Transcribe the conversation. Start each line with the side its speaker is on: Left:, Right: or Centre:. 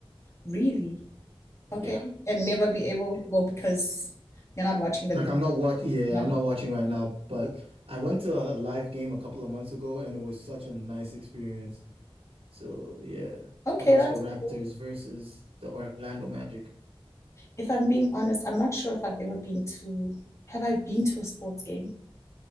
Left: Really?
Right: Yeah.
Left: Okay. And never be able,
Right: Yeah.
Left: well, because you're not watching them.
Right: Like I'm not watch yeah,
Left: Yeah.
Right: I'm not watching right now, but I went to a live game a couple of months ago and it was such a nice experience. So yeah,
Left: Okay,
Right: I watched
Left: that's
Right: the Raptors
Left: cool.
Right: versus the Orlando Magic.
Left: If I'm being honest, I'm not sure if I've ever been to, have I been to a sports game?